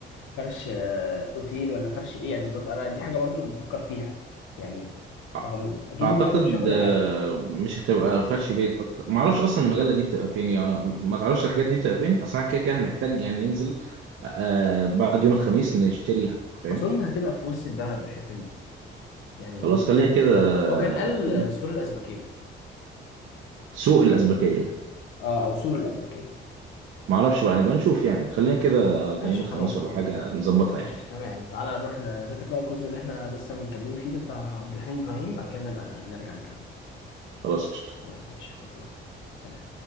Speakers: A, on the left; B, on the right.
A: فرش آه، اوتيل ولا فرش ايه يعني بالظبط انا دي حاجه برضو بفكر فيها يعني ما
B: أ-
A: هو اكيد
B: اعتقد
A: المجال مش فيها كل
B: آه،
A: حاجه
B: مش هتبقى فرش بيت اكتر ما اعرفش اصلا المجله دي بتبقى فين يعني ما تعرفش الحاجات دي بتبقى فين اصلا كده كده هنحتاج يعني ننزل آه، بعد يوم الخميس نشتريها فاهم
A: اظن هتبقى في وسط البلد والحته دي يعني
B: خلاص
A: ممكن
B: خلينا
A: ننزل
B: كده
A: هو
B: آه،
A: كان قال سور الازبكيه
B: سوق الازبكيه
A: اه او سور الازبكيه
B: ما اعرفش بقى نبقى نشوف يعني خلينا كده على
A: ماشي
B: يوم الخميس
A: خلاص
B: ولا
A: على
B: حاجه
A: الله
B: نظبطها
A: ماشي
B: يعني
A: تمام تعالى نروح نذاكر بقى الجزء اللي احنا لسه متكلمين فيه ده بتاع عبد الحليم إبراهيم بعد كده نبقى نرجع نكمل
B: خلاص قشطة
A: خلاص ماشي فل يلا سلام